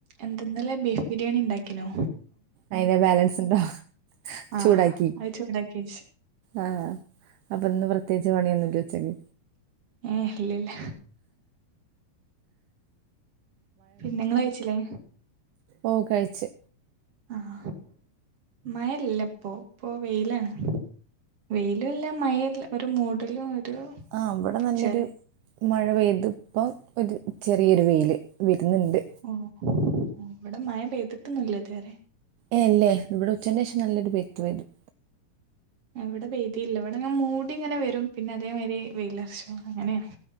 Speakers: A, on the right (about 45°); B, on the right (about 75°).
A: എന്തെന്നല്ല ബീഫ് ബിരിയാണി ഉണ്ടാക്കീനോ
B: അയിന് ബാലൻസ് ഉണ്ടോ ചൂടാക്കി
A: ആഹ് അത് ചൂടാക്കി വെച്ച്
B: ആഹ അപ്പൊന്ന് വൃ പ്രത്യേകിച്ച് പണിയൊന്നുമല്ല ഉച്ചക്ക്
A: ഏ ഇല്ലില്ല പിന്ന നിങ്ങള് കയ്ച്ചില്ലേ
B: ഓ കഴിച്ചു
A: ആഹ മയയില്ലല്ലേപ്പോ പോ വെയിലാണ് വെയിലും ഇല്ല മയയൂല്ല ഒരു മൂടലും ഒരു
B: ആ അവിടെ നല്ലൊരു
A: ചെറി
B: മഴ പെയ്ത് ഇപ്പോ ഒരു ചെറിയൊരു വെയില് വരുന്നുണ്ട്
A: ഓ ഇവിടെ മഴ പെയ്തിട്ടൊന്നൂല്ല ഇതുവരെ
B: ഏല്ലേ ഇവിടെ ഉച്ചന് ശേഷം നല്ലൊരു വ്യക്തി വരും
A: എവിടെ വേദിയില്ല ഇവിടെ ഞാൻ മൂടി ഇങ്ങനെ വരും പിന്നെ അതേമാതിരി വെയിലർച്ച അങ്ങനെയാണ്